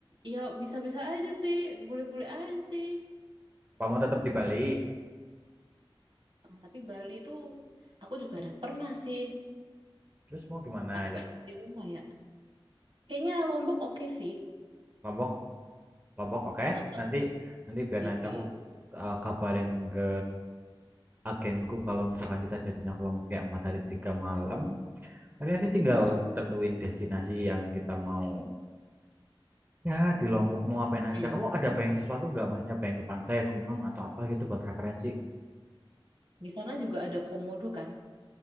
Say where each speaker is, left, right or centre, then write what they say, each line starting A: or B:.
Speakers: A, on the right; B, on the right.
A: ya bisa-bisa aja sih, boleh-boleh aja sih.
B: Apa mau tetap di Bali?
A: Ah, tapi Bali tuh, aku juga ada pernah sih.
B: Terus mau gimana,
A: Ah,
B: ya?
A: kan di rumah ya. Kayaknya Lombok oke sih.
B: Lombok Lombok oke.
A: Ah,
B: Nanti nanti biar
A: oke
B: nanti
A: sih.
B: aku eh, kabarin ke agenku kalau misalkan kita jadinya ke Lombok ya empat hari tiga malam. Tapi nanti tinggal tentuin destinasi yang kita mau. Ya di Lombok mau ngapain aja.
A: Hmm.
B: Kamu ada pengen sesuatu nggak? Maksudnya pengen ke pantai, gunung atau apa gitu buat referensi?
A: Di sana juga ada komodo kan?